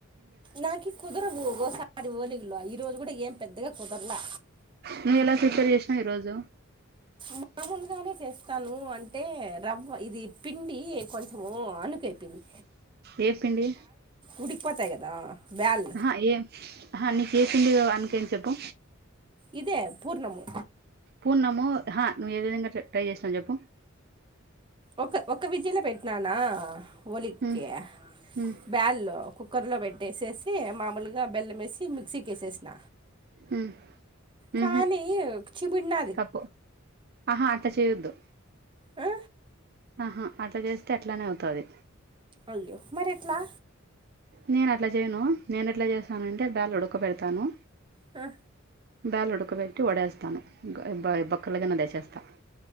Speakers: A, on the right; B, on the right.
A: నాకకి కుదురసారి నిగలో ఈ రరోజు కూడా ఏం పెద్దగా కుదరలా
B: నువ్వు ఎలా ప్రిపేర్ జేసినవ్ ఈరోజు
A: మామూలుగానే చేస్తాను అంటే రవ్వ ఇది పిండి కొం ఓ అనుకేపింది
B: ఏ పిండి
A: ఉడికిపోతాయి కదా బ్యాళ్ళు
B: అహ ఏం అహ నీ కె పిండి అనుకె చెప్పు
A: ఇదే పూర్ణము
B: పున్నము అహ నువ్వు ఏ విధంగా ట ట్రై జేష్ణవ్ జెప్పు
A: ఒక ఒక విజిలో పెట్టినానా ఒలికె
B: హ్మ్ హ్మ్
A: బ్యాల్లో కుక్కర్లో పెట్టేసేసి మామూలు ఇగా బెలం ఏసి మిక్సీకెసేసిన
B: హ్మ్
A: కానీ
B: ఊహూ
A: చిబిడునా
B: తప్పు ఆహా అట్ట చెయొద్దు
A: అ
B: ఆహా అట్లా జేస్తే అట్లానే అవుతది
A: అయ్యో మరి ఎట్లా
B: నేను అట్లా జేయను నేను ఎట్లా జెస్తానంటే దాల్ ఉడుక్ బెడతాను
A: అ
B: బేలుడకబెట్టి వడేస్తాను ఇంగ బ బొక్కలగైనా దసేస్తా